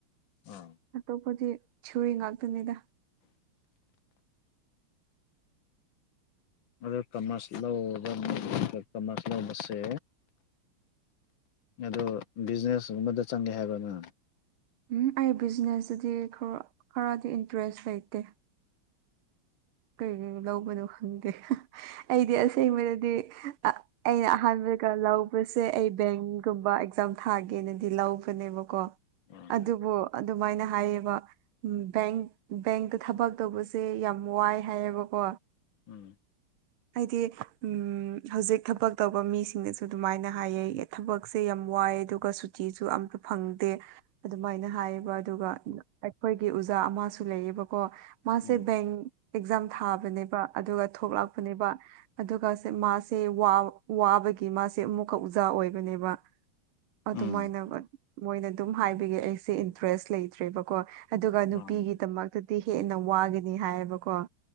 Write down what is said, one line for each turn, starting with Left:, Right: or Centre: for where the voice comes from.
Left: ꯑꯥ
Right: ꯑꯇꯣꯞꯄꯗꯤ ꯊꯤꯌꯨꯔꯤ ꯉꯥꯛꯇꯅꯤꯗ
Left: ꯑꯗꯨ ꯀꯃꯔꯁ ꯂꯧꯕ ꯃꯤ ꯀꯃꯔꯁ ꯂꯧꯕꯁꯦ ꯑꯗꯣ ꯕꯤꯖꯤꯅꯦꯁꯒꯨꯝꯕꯗ ꯆꯪꯒꯦ ꯍꯥꯏꯕ꯭ꯔꯅ
Right: ꯎꯝ ꯑꯩ ꯕꯤꯖꯤꯅꯦꯁꯇꯗꯤ ꯈꯔꯥ ꯈꯔꯗꯤ ꯏꯟꯇꯔꯦꯁ ꯂꯩꯇꯦ ꯀꯔꯤ ꯂꯧꯕꯅꯣ ꯈꯪꯗꯦ ꯑꯩꯗꯤ ꯑꯁꯦꯡꯕꯩꯗꯗꯤ ꯑꯥ ꯑꯩꯅ ꯑꯍꯥꯟꯕꯒ ꯂꯧꯕꯁꯦ ꯑꯩ ꯕꯦꯡꯒꯨꯝꯕ ꯑꯦꯛꯖꯥꯝ ꯊꯥꯒꯦꯅꯗꯤ ꯂꯧꯕꯅꯦꯕꯀꯣ
Left: ꯎꯝ
Right: ꯑꯗꯨꯕꯨ ꯑꯗꯨꯃꯥꯏꯅ ꯍꯥꯏꯌꯦꯕ ꯕꯦꯡ ꯕꯦꯡꯇ ꯊꯕꯛ ꯇꯧꯕꯁꯦ ꯌꯥꯝ ꯋꯥꯏ ꯍꯥꯏꯌꯦꯕ ꯀꯣ
Left: ꯎꯝ
Right: ꯍꯥꯏꯗꯤ ꯎꯝ ꯍꯧꯖꯤꯛ ꯊꯕꯛ ꯇꯧꯕ ꯃꯤꯁꯤꯡꯅꯁꯨ ꯑꯗꯨꯃꯥꯏꯅ ꯍꯥꯏꯌꯦꯌꯦ ꯊꯕꯛꯁꯦ ꯌꯥꯝ ꯋꯥꯏ ꯑꯗꯨꯒ ꯁꯨꯇꯤꯁꯨ ꯑꯝꯇ ꯐꯪꯗꯦ ꯑꯗꯨꯃꯥꯏꯅ ꯍꯥꯏꯌꯦꯕ ꯑꯗꯨꯒ ꯑꯩꯈꯣꯏꯒꯤ ꯎꯖꯥ ꯑꯃꯁꯨ ꯂꯩꯌꯦꯕꯀꯣ ꯃꯥꯁꯦ
Left: ꯎꯝ
Right: ꯕꯦꯡ ꯑꯦꯛꯖꯥꯝ ꯊꯥꯕꯅꯦꯕ ꯑꯗꯨꯒ ꯊꯣꯛꯂꯛꯄꯅꯦꯕ ꯑꯗꯨꯒꯁꯦ ꯃꯥꯁꯦ ꯋꯥ ꯋꯥꯕꯒꯤ ꯃꯥꯁꯦ ꯑꯃꯨꯛꯀ ꯑꯣꯖꯥ ꯑꯣꯏꯕꯅꯦꯕ ꯑꯗꯨꯃꯥꯏꯅ
Left: ꯎꯝ
Right: ꯃꯣꯏꯅ ꯑꯗꯨꯝ ꯍꯥꯏꯕꯒꯦ ꯑꯩꯁꯦ ꯏꯟꯇꯔꯦꯁ ꯂꯩꯇ꯭ꯔꯦꯕꯀꯣ ꯑꯗꯨꯒ ꯅꯨꯄꯤꯒꯤꯗꯃꯛꯇꯗꯤ
Left: ꯎꯝ
Right: ꯍꯦꯟꯅ ꯋꯥꯒꯅꯤ ꯍꯥꯏꯌꯦꯕꯀꯣ